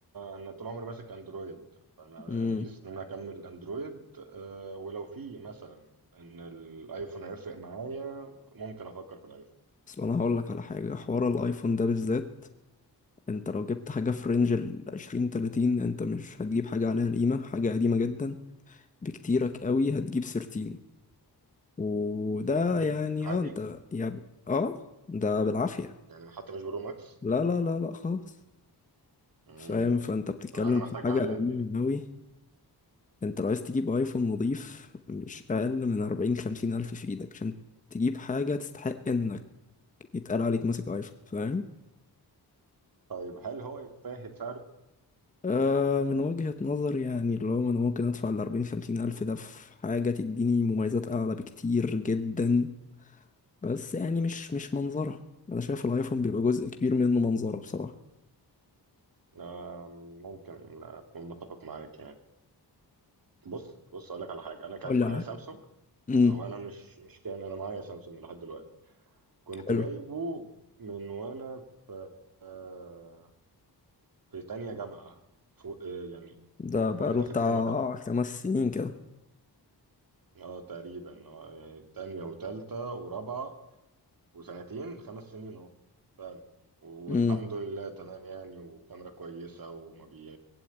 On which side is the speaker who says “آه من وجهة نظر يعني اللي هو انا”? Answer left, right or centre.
Left